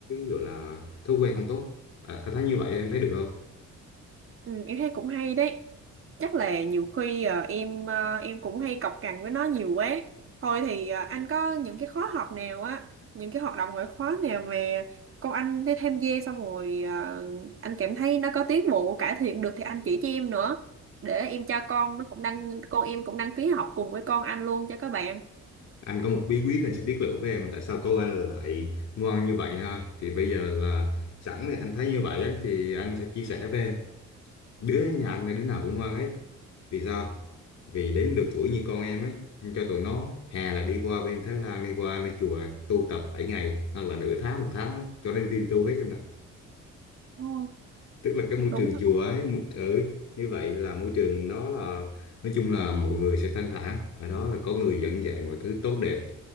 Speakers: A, on the left; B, on the right.
A: gọi là thói quen không tốt à, anh thấy như vậy em thấy được không
B: Ừ, em thấy cũng hay đấy. Chắc là nhiều khi ờ, em ờ, em cũng hay cọc cằn với nó nhiều quá. Thôi thì ờ, anh có những cái khóa học nào á, những cái hoạt động ngoại khóa nào mà con anh đi tham gia xong rồi ờ, anh cảm thấy nó có tiến bộ cải thiện được thì anh chỉ cho em nữa. Để em cho con nó cũng đăng con em cũng đăng ký học cùng với con anh luôn cho các bạn.
A: anh có một bí quyết anh sẽ tiết lộ với em tại sao con anh lại ngoan như vậy ha thì bây giờ là sẵn thì anh thấy như vậy á, thì anh sẽ chia sẻ với em đứa nhà anh là đứa nào cũng ngoan hết vì sao vì đến được tuổi như con em ấy anh cho tụi nó hè là đi qua bên Thái Lan đi qua lên chùa tu tập 7 ngày hoặc là nửa tháng một tháng á, cho nó đi, đi, đi tu hết em nè
B: Ồ,
A: tức là cái môi
B: đúng
A: trường chùa ấy mu- ừ như vậy là môi trường đó là nói chung là mọi người sẽ thanh thản ở đó là có người dẫn dạy mọi thứ tốt đẹp